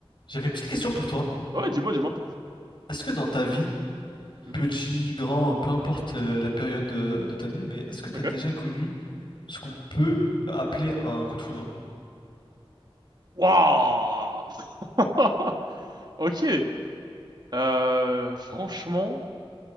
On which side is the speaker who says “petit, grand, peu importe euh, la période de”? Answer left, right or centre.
Left